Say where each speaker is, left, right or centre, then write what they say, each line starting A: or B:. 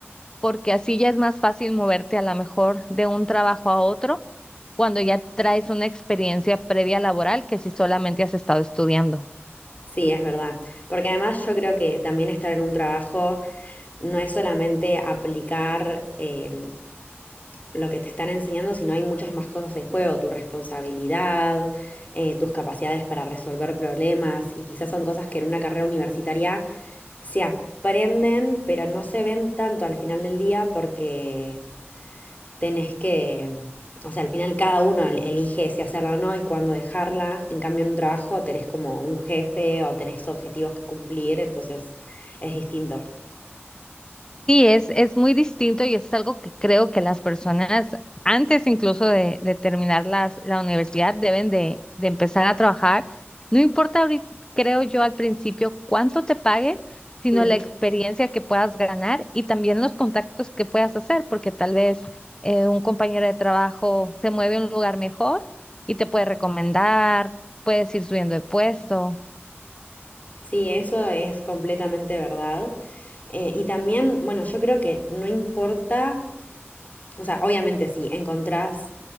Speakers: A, on the left; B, on the left.
A: porque así ya es más fácil moverte a lo mejor de un trabajo a otro cuando ya traes una experiencia previa laboral que si solamente has estado estudiando.
B: Sí, es verdad. Porque además yo creo que también estar en un trabajo no es solamente aplicar eh, lo que te están enseñando, sino hay muchas más cosas en juego, tu responsabilidad, eh, tus capacidades para resolver problemas y quizás son cosas que en una carrera universitaria se aprenden, pero no se ven tanto al final del día porque tenés que, o sea, al final cada uno el- elige si hacerla o no y cuándo dejarla. En cambio, en un trabajo tenés como un jefe o tenés objetivos que cumplir, entonces es distinto.
A: Sí, es, es muy distinto y es algo que creo que las personas, antes incluso de, de terminar las- la universidad, deben de, de empezar a trabajar. No importa, ahorita, creo yo, al principio cuánto te paguen, sino
B: Mm.
A: la experiencia que puedas ganar y también los contactos que puedas hacer, porque tal vez eh, un compañero de trabajo se mueve a un lugar mejor y te puede recomendar, puedes ir subiendo de puesto.
B: Sí, eso es completamente verdad. Eh, y también, bueno, yo creo que no importa O sea, obviamente si encontrás